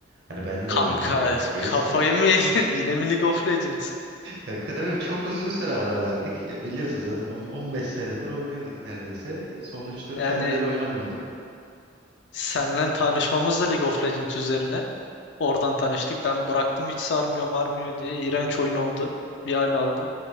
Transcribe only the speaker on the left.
Kanka
kafayı mı yedin? <laughs> Yine mi League of Legends?
Yani
senle tanışmamız da League of Legends üzerine. Oradan tanıştık. Ben bıraktım hiç sarmıyor marmıyor diye. İğrenç oyun oldu. Bir hal aldı.